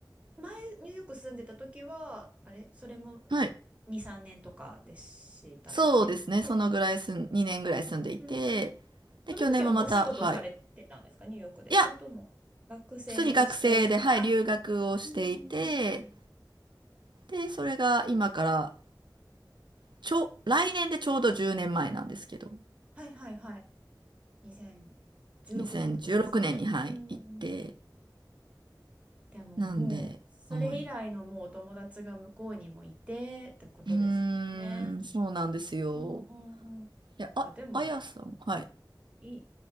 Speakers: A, on the right (about 15°); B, on the right (about 80°).
A: 前、ニューヨーク住んでた時は、あれ、それも
B: はい。
A: 2、3年とかでしたよね。
B: そうですね。
A: そうですね。
B: そのぐらい住ん、2年ぐらい住んでいて、
A: うんうん。
B: で、
A: その時はもうお仕事されてたんですか、
B: 去年もまた、はい。
A: ニューヨークで。
B: いや、
A: それとも学生として、
B: 普通に学生で、はい、
A: あ、
B: 留学をしていて、
A: うんうんうんうん。
B: で、それが今から、ちょ、来年でちょうど10年前なんですけど、
A: はいはいはい。2016年ってことですね。
B: 2016年に、はい、
A: うん。
B: 行って、
A: でももう、
B: なんで、
A: それ以来のもうお友達が向こうにもいてってことですもんね。
B: はい。うーん、そうなんですよ。
A: うんうんうん。
B: いや、あ、
A: あ、でも、
B: あやさん、はい。
A: いい、